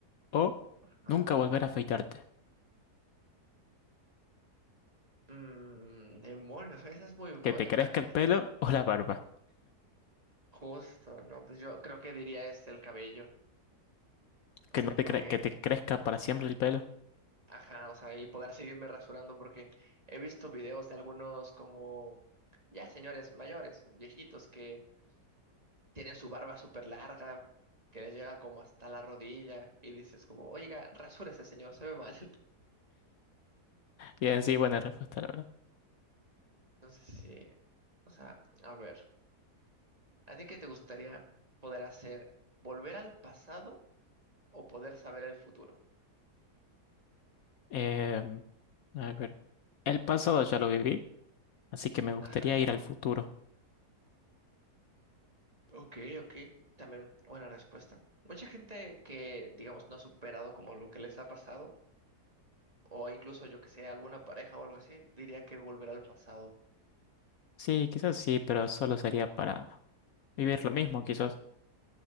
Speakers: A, on the left (about 65°); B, on the right (about 25°).
A: o
B: ¿Ah?
A: nunca volver a afeitarte?
B: Mmm, demonios, esa es muy buena,
A: Que te crezca
B: ¿eh?
A: el pelo o la barba.
B: Justo, ¿no? Pues yo creo que diría es el cabello. O
A: Que
B: sea,
A: no te
B: porque
A: cre- que te crezca para siempre el pelo.
B: Ajá, o sea, y poder seguirme rasurando porque he visto videos de algunos como ya señores mayores, viejitos que tienen su barba súper larga, que les llega como hasta la rodilla y dices como, oiga, rasúrese señor, se ve mal. <laughs>
A: Y en sí, buena respuesta, la verdad.
B: Entonces sí, o sea, a ver, ¿a ti qué te gustaría poder hacer? ¿Volver al pasado o poder saber el futuro?
A: Em, a ver. El pasado ya lo viví, así que me gustaría
B: Ajá.
A: ir al futuro.
B: Ok, ok, también buena respuesta. Mucha gente que, digamos, no ha superado como lo que les ha pasado o incluso yo que sé, alguna pareja o algo así, diría que volver al pasado.
A: Sí, quizás sí, pero solo sería para vivir lo mismo, quizás.